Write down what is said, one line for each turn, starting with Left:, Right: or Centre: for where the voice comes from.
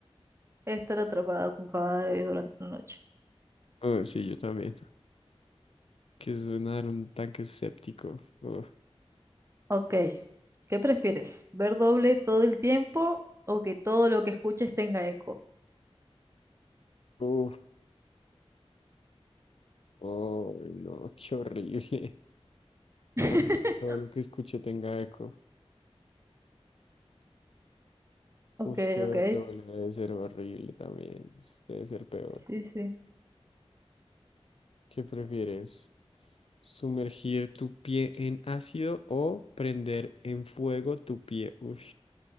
Right: <laughs> Estar atrapado con cadáveres durante una noche.
Left: Oh, sí, yo también. ¿Qué es nadar en un tanque séptico? Uf,
Right: Ok, ¿qué prefieres? ¿Ver doble todo el tiempo o que todo lo que escuches tenga eco?
Left: uf, oh, no, qué horrible.
Right: <laughs>
Left: No, pues que todo lo que escuche tenga eco.
Right: Ok,
Left: Uf, qué
Right: ok,
Left: doble debe ser horrible también. Debe ser peor.
Right: sí, sí.
Left: ¿Qué prefieres? ¿Sumergir tu pie en ácido o prender en fuego tu pie? Uf,